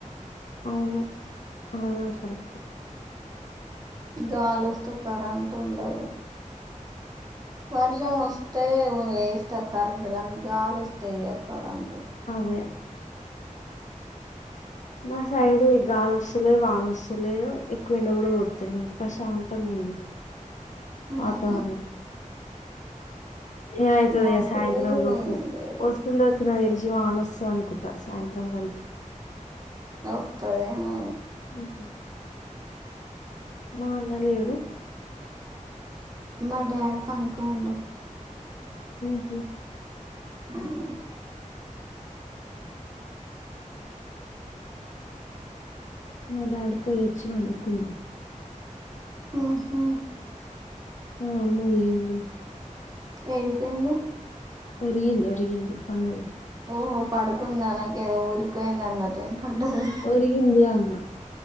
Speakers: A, on the left (about 65°); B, on the right (about 30°).
A: అవును ఆ సరేతీ
B: గాలోస్తే కరెంట్ ఉండదు వర్షం వస్తే వేస్తారు కరెంట్ కానీ గాలోస్తే ఏయ్యారు కరెంటు
A: అవే మా సైడు గాలి వస్తులేదు వాన వస్తలేదు ఎక్కువ ఎండా కూడా కొడుతలేదు ప్రశాంతంగా ఉం ఉహ్ అతఅగు
B: ఆహా
A: ఇగాయితది
B: మబ్బులు
A: సాయంత్రం లోపు
B: ఏం లేదు
A: వస్తుండొచ్ జీవానొస్తది అనుకుంటా సాయంత్రం వరకి
B: వస్తది ఏమో
A: ఉహు మా అన్న లేడు
B: మా డాడీ పనికి పోయిండు
A: ఉహు
B: <unintelligible>
A: మా డాడీ పోయొచ్చి పండుకుండు
B: ఉహు
A: ఆ ఒరిగింది
B: ఏం ట్రైంది
A: ఒరిగింది ఒరిగింది పన్నది
B: ఓహో పడుకుంద నాకు ఏదో ఊరికియిందన్నట్ వినపడ్డది.
A: ఒరిగింది అన్న